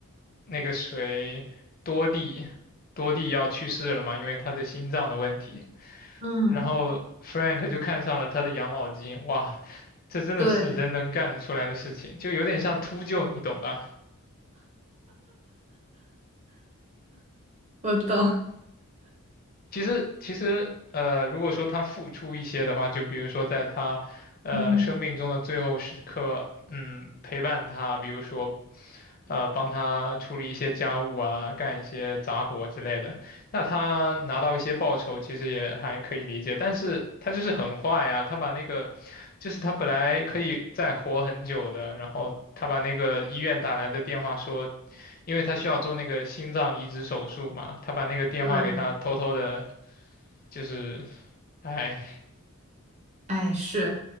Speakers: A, on the left; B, on the right.
A: 那个谁多蒂，多蒂要去世了嘛，因为他的心脏的问题，
B: 嗯
A: 然后 Frank 就看上了他的养老金，哇，这真的是人能干得出来的事情，
B: 对，
A: 就有点像秃鹫，你懂吧？
B: 我懂。
A: 其实其实呃，如果说他付出一些的话，就比如说在他呃生命中的最后时刻，
B: 嗯，
A: 嗯，陪伴他，比如说呃帮他处理一些家务啊，干一些杂活之类的，那他拿到一些报酬，其实也还可以理解。但是他就是很坏呀，他把那个就是他本来可以再活很久的，然后他把那个医院打来的电话说。因为他需要做那个心脏移植手术嘛，他把那个电话给他偷偷的
B: 对，
A: 就是，哎，
B: 哎，是，